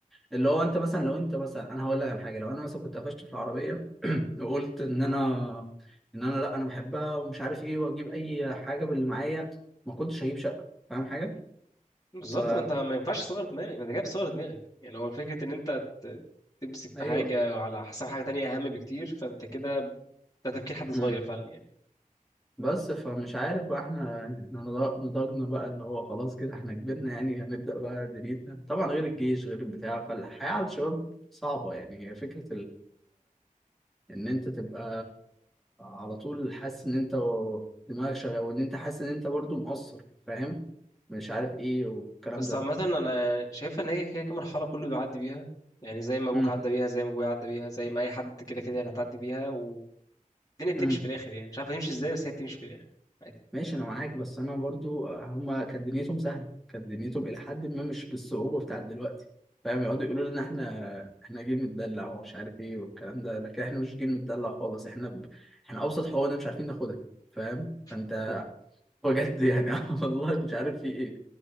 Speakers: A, in the centre; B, on the left (about 25°).
A: اللي هو انت مثلا لو انت مثلا انا هقول لك على حاجه لو انا مثلا كنت قفشت في العربيه <clears throat> وقلت ان انا ان انا لا انا بحبها ومش عارف ايه واجيب اي حاجه باللي معايا ما كنتش هجيب شقه فاهم حاجه
B: بالظبط
A: ف
B: ما انت ما ينفعش تصغر دماغك ما انت كده بتصغر دماغك يعني هو فكرة ان انت ت- تمسك في
A: ايوه
B: حاجة على حساب حاجة تانية اهم بكتير فانت كده ده تفكير حد صغير
A: امم
B: فعلا يعني
A: بس فمش عارف بقى احنا احنا نض- نضجنا بقى اللي هو خلاص كده احنا كبرنا يعني هنبدا بقى دنيتنا طبعا غير الجيش غير البتاع فالحياه على الشباب صعبه يعني هي فكره ان انت تبقى على طول حاسس ان انت دماغك شغال وان انت حاسس ان انت برضو مقصر فاهم مش عارف ايه والكلام
B: بس
A: ده
B: عامة أنا شايفها إن هي كده كده مرحلة كله بيعدي بيها يعني زي ما أبوك
A: امم
B: عدى بيها زي ما أبويا عدى بيها زي ما أي حد كده كده اللي هتعدي بيها والدنيا بتمشي
A: امم
B: في الآخر يعني مش عارف تمشي إزاي بس هي بتمشي في الآخر عادي
A: ماشي انا معاك بس انا برضو هما كانت دنيتهم سهله كانت دنيتهم الى حد ما مش بالصعوبه بتاعت دلوقتي فاهم يقعدوا يقولوا لنا احنا احنا جيل متدلع ومش عارف ايه والكلام ده لكن احنا مش جيل متدلع خالص احنا ب... احنا ابسط حقوقنا مش عارفين ناخدها فاهم فانت
B: <laughs>
A: بجد يعني <laughs> آه والله مش عارف في ايه